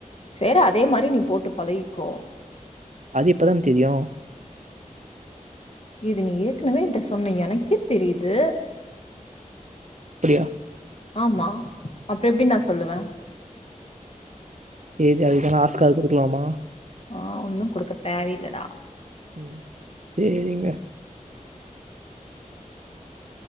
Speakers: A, on the left; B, on the right.
A: சேரி அதே மாரி நீ போட்டு பழகிக்கோ
B: அது இப்பதா தெரியு
A: இது நீ ஏற்கனவே என்ட சொன்ன எனக்கே தெரியுது
B: அப்டியா
A: ஆமா அப்புற எப்டி நா சொல்லுவே
B: சேரி அதுக்கென ஆஸ்கார் குடுக்கலாமா
A: அ ஒன்னு குடுக்க தேவையில்லட
B: ம் சேரிங்க